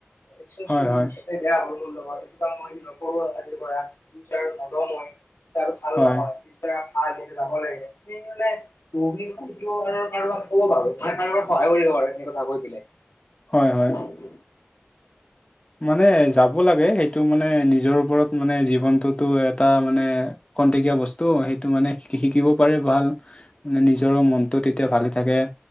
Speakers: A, on the left; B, on the left.
A: <unintelligible>
B: হয় হয়
A: এ বেয়া হ'ল মোৰ লগত। এইটো কাম মই নকৰো আজিৰ পৰা। বিচাৰ নলওঁ মই য়া আৰু ভাল
B: হয়
A: নহয়। ধৰা <unintelligible> যাব লাগে সি মানে বহুখিনি কথা শিকিব পাৰো আৰু কাৰোবাক ক'ব পাৰো। মানে কাৰোবাক সহায় কৰিব পাৰো সেইখিনি কথা শিকি কিনে।
B: হয়, হয়।
A: <inaudible>
B: মানে যাব লাগে। সেইটো মানে নিজৰ ওপৰত মানে জীৱনটোতো এটা মানে কনটেকীয়া বস্তু। সেইটো মানে শি শিকিব পাৰিল ভাল। মানে নিজৰো মনটো তেতিয়া ভালে থাকে।